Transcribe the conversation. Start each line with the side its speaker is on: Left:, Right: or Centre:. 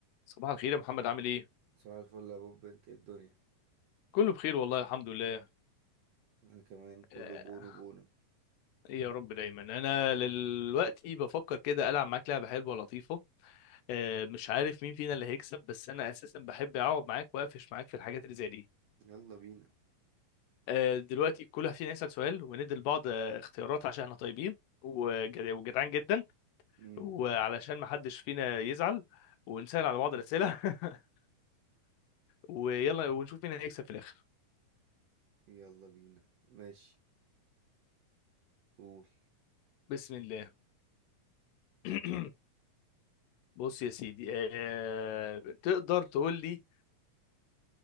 Left: صباح الخير يا محمد عامل ايه؟
Right: صباح الفل يا بوب انت ايه الدنيا
Left: كله بخير والله الحمد لله
Right: انا كمان كله
Left: آه،
Right: بونو بونو
Left: ايه يا رب دايما انا دلوقتي بفكر كده العب معاك لعبه حلوه لطيفه آه، مش عارف مين فينا اللي هيكسب بس انا اساسا بحب اقعد معاك واقفش معاك في الحاجات اللي زي دي
Right: يلا بينا
Left: آه، دلوقتي كل واحد فينا يسال سؤال وندي لبعض آه، اختيارات عشان احنا طيبين وجد- وجدعان جدا
Right: مم.
Left: وعلشان ما حدش فينا يزعل ونسال على بعض الاسئله <laughs> ويلا ونشوف مين هيكسب في الاخر
Right: يلا بينا ماشي قول
Left: بسم الله <clears throat> بص يا سيدي آه... تقدر تقول لي